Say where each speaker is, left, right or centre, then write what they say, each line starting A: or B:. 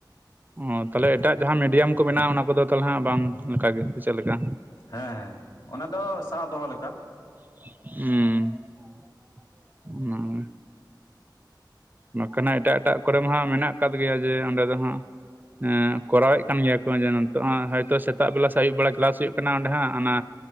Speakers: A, on the right; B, on the left.
A: ᱢᱟ ᱛᱟᱦᱞᱮ ᱮᱴᱟᱜ ᱡᱟᱦᱟᱸ ᱢᱤᱰᱤᱭᱟᱢ ᱠᱚ ᱢᱮᱱᱟᱜᱼᱟ᱾ ᱚᱱᱟ ᱠᱚᱼᱫᱚ ᱛᱟᱦᱞᱮ ᱦᱟᱸᱜ ᱵᱟᱝ ᱚᱱᱠᱟ ᱜᱮ ᱪᱮᱫ ᱞᱮᱠᱟ?
B: ᱦᱮᱸ, ᱦᱮᱸ ᱚᱱᱟ ᱫᱚ ᱥᱟᱵ ᱫᱚᱦᱚᱸ ᱞᱮᱠᱟ
A: ᱦᱩᱸ <unintelligible> ᱵᱟᱝᱠᱷᱟᱱ ᱮᱴᱟᱜ, ᱮᱴᱟᱜ ᱠᱚᱨᱮ ᱢᱟ ᱦᱟᱸᱜ ᱢᱮᱱᱟᱜ ᱟᱠᱟᱫ ᱜᱮᱭᱟ᱾ ᱡᱮ ᱚᱸᱰᱮ ᱫᱚ ᱦᱟᱸᱜ <unintelligible> ᱠᱚᱨᱟᱣᱮᱫ ᱠᱟᱱ ᱜᱮᱭᱟ ᱠᱚ <unintelligible> ᱦᱳᱭᱛᱳ ᱥᱮᱛᱟᱜ ᱵᱮᱞᱟ᱾ ᱥᱮ ᱟᱹᱭᱩᱵ ᱵᱮᱲᱟ ᱠᱮᱞᱟᱥ ᱦᱩᱭᱩᱜ ᱠᱟᱱᱟ ᱾ ᱚᱸᱰᱮ ᱦᱟᱸᱜ ᱚᱱᱟ